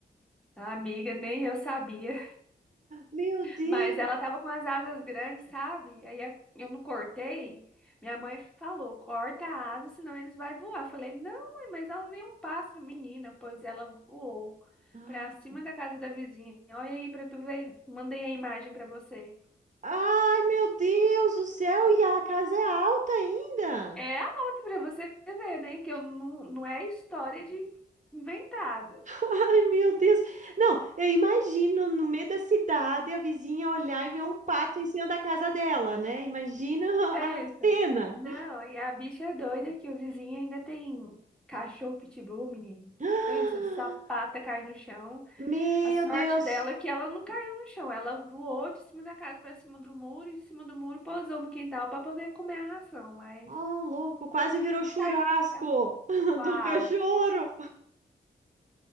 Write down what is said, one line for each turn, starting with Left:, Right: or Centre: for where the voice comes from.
Centre: Amiga, nem eu sabia.
Right: Meu Deus!
Centre: Mas ela tava com as asas grandes, sabe? Aí a- eu não cortei. Minha mãe falou: corta a asa, senão eles vão voar. Falei: não, mãe, mas ela nem é um pássaro, menina. Pois ela voou
Right: Ah.
Centre: pra cima da casa da vizinha. Olha aí pra tu ver. Mandei a imagem pra você.
Right: Ai, meu Deus do céu! E a casa é alta ainda?
Centre: É a outra pra você ver, né? Que eu não, não é história de inventada.
Right: Ai, meu Deus! Não, eu imagino no meio da cidade a vizinha olhar e ver um pato em cima da casa dela, né? Imagina
Centre: Pensa.
Right: a cena.
Centre: Não, e a bicha é doida que o vizinho ainda tem cachorro pitbull, menino.
Right: <gasps>
Centre: Pensa, sapata cai no chão.
Right: Meu
Centre: A sorte
Right: Deus!
Centre: dela é que ela não caiu no chão. Ela voou de cima da casa para cima do muro e de cima do muro pousou no quintal para poder comer a ração. Mas
Right: oh louco, quase virou
Centre: se
Right: churrasco
Centre: caísse no quintal,
Right: <laughs>
Centre: quase.
Right: do cachorro.